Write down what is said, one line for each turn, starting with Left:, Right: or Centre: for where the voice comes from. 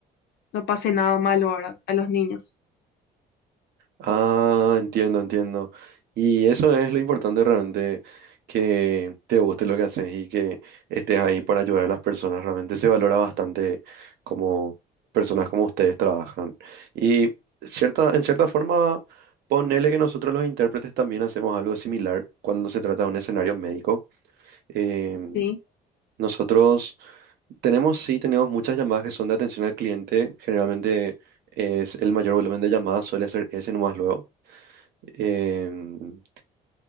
Left: no pase nada malo ahora a los niños.
Right: Ah, entiendo, entiendo. Y eso es lo importante realmente, que te guste lo que haces y que estés ahí para ayudar a las personas. Realmente se valora bastante como personas como ustedes trabajan. Y cierta, en cierta forma, ponele que nosotros los intérpretes también hacemos algo similar cuando se trata de un escenario médico. Em,
Left: Sí,
Right: nosotros tenemos, sí, tenemos muchas llamadas que son de atención al cliente. Generalmente es el mayor volumen de llamadas suele ser ese nomás luego. Em,